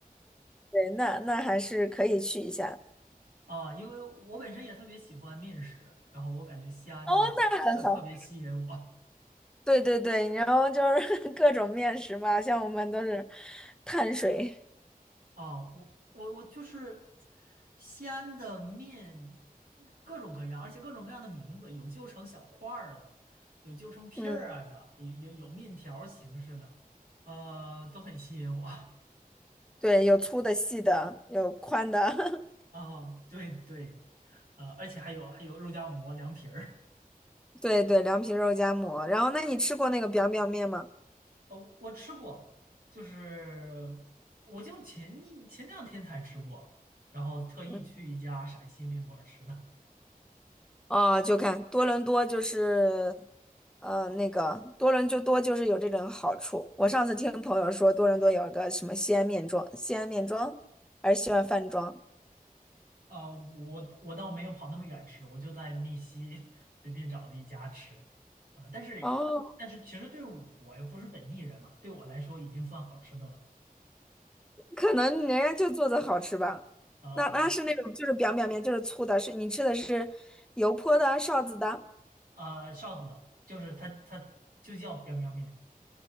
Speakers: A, in the centre; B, on the right.
A: 对，那那还是可以去一下。
B: 啊，因为我本身也特别喜欢面食，然后我感觉西安的吃的特别吸引我
A: 哦，那很好。对对对，然后就是 <laughs> 各种面食嘛，像我们都是碳水，
B: 啊，我我我就是西安的面各种各样，而且各种各样的名字，有揪成小块儿的，有揪成片儿啊的，
A: 嗯，
B: 有有有面条儿形式的，呃，都很吸引我 <laughs>
A: 对，有粗的、细的，有宽的。<laughs>
B: 啊，对对，呃，而且还有还有肉夹馍、凉皮儿。
A: 对对，凉皮肉夹馍。然后，那你吃过那个 biang biang 面吗？
B: 哦，我吃过，就是我就前一前两天才吃过，然后特意去一家陕西面馆儿吃的。
A: 嗯，哦，就看多伦多就是，呃，那个多伦就多就是有这种好处。我上次听朋友说，多伦多有一个什么西安面庄，西安面庄还是西安饭庄，
B: 呃，我我倒没有跑那么远吃，我就在密西 <laughs> 随便找了一家吃，啊，但是但是其实对我又不是本地人嘛，
A: 哦，
B: 对我来说已经算好吃的了。
A: 可能人家就做的好吃吧。
B: 啊啊
A: 那那是那种就是 biang biang 面，就是粗的，是你吃的是油泼的、臊子的。
B: 呃，臊子的，就是它它就叫 biang biang 面，